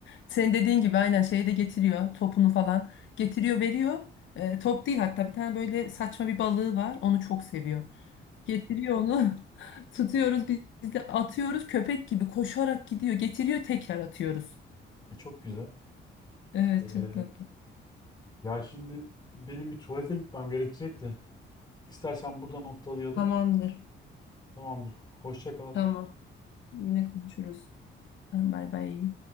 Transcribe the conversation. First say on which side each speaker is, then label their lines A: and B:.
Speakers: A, on the left; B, on the left.
A: Senin dediğin gibi aynen şeyi de getiriyor. Topunu falan. Getiriyor, veriyor. E, top değil hatta bir tane böyle saçma bir balığı var. Onu çok seviyor. Getiriyor onu. <laughs> Tutuyoruz biz de atıyoruz köpek gibi koşarak gidiyor. Getiriyor tekrar atıyoruz.
B: E, çok güzel.
A: Evet
B: Ee,
A: çok tatlı.
B: ya şimdi benim bir tuvalete gitmem gerekecek de. İstersen burada noktalayalım.
A: Tamamdır.
B: Tamamdır. Hoşça kal.
A: Tamam. Yine konuşuruz. Tamam, Bay bay.